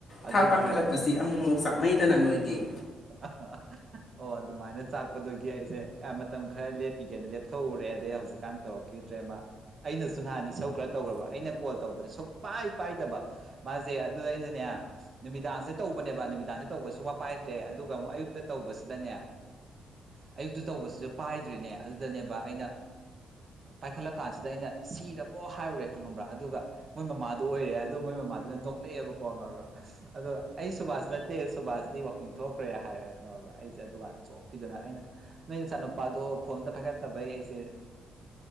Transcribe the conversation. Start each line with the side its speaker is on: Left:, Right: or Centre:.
Right: ꯑꯗꯨꯒꯤ
Left: ꯊꯥ ꯄꯥꯡꯈꯠꯂꯛꯄꯁꯤ ꯑꯃꯨꯛꯃꯨꯛ ꯆꯥꯛꯅꯩꯗꯅ ꯅꯣꯏꯗꯤ
Right: <unintelligible> ꯑꯣ ꯑꯗꯨꯃꯥꯏꯅ ꯆꯥꯛꯄꯗꯨꯒꯤ ꯑꯩꯁꯦ ꯃꯇꯝ ꯈꯔ ꯂꯦꯞꯄꯤꯒꯦꯅ ꯂꯦꯞꯊꯣꯛꯎꯔꯦ ꯑꯗꯩ ꯍꯧꯖꯤꯛꯀꯥꯟ ꯇꯧꯔꯛꯈꯤꯕ ꯗ꯭ꯔꯦꯃꯥ ꯑꯩꯅꯁꯨ ꯅꯍꯥꯟ ꯏꯁꯧ ꯈꯔ ꯇꯧꯈ꯭ꯔꯕ ꯑꯩꯅ ꯀꯣꯜ ꯇꯧꯕꯗ ꯁꯨꯛ ꯄꯥꯏ ꯄꯥꯏꯗꯕ ꯃꯥꯁꯦ ꯑꯗꯨꯗ ꯑꯩꯅꯅꯦ ꯅꯨꯃꯤꯗꯥꯡꯁꯦ ꯇꯧꯕꯅꯦꯕ ꯅꯨꯃꯤꯗꯥꯡꯁꯦ ꯇꯧꯕ ꯁꯨꯄꯥꯏ ꯗꯦ ꯑꯗꯨꯒ ꯑꯃꯨꯛ ꯑꯌꯨꯛꯇ ꯇꯧꯕꯁꯤꯗꯅꯦ ꯑꯌꯨꯛꯇ ꯇꯧꯕꯁꯤꯁꯨ ꯄꯥꯏꯗ꯭ꯔꯤꯅꯦ ꯑꯗꯨꯗꯅꯦꯕ ꯑꯩꯅ ꯄꯥꯏꯈꯠꯂꯛ ꯀꯥꯟꯁꯤꯗ ꯑꯩꯅ ꯁꯤꯔꯕꯣ ꯍꯥꯏꯔꯨꯔꯦ ꯈꯪꯉꯕ꯭ꯔꯥ ꯑꯗꯨꯒ ꯃꯣꯏ ꯃꯃꯥꯗꯣ ꯑꯣꯏꯔꯦ ꯑꯗꯣ ꯃꯣꯏ ꯃꯃꯥꯗꯨꯅ ꯅꯣꯛꯂꯛꯑꯦꯕꯀꯣ ꯈꯪꯉꯕ꯭ꯔꯥ ꯑꯗꯨꯗ ꯑꯩ ꯁꯨꯕꯥꯁ ꯅꯠꯇꯦ ꯁꯨꯕꯥꯁꯗꯤ ꯀꯤꯡꯊꯣꯛꯈ꯭ꯔꯦ ꯍꯥꯏꯔꯦ ꯈꯪꯉꯕ ꯑꯩꯁꯦ ꯗꯨꯀꯥꯟ ꯆꯣꯞꯄꯤꯗꯅ ꯑꯩꯅ ꯅꯣꯏ ꯅꯆꯥꯅꯨꯄꯥꯗꯣ ꯐꯣꯟꯇꯣ ꯑꯝꯇ ꯄꯥꯏꯈꯠꯇꯕ ꯑꯩꯩ ꯑꯩꯁꯦ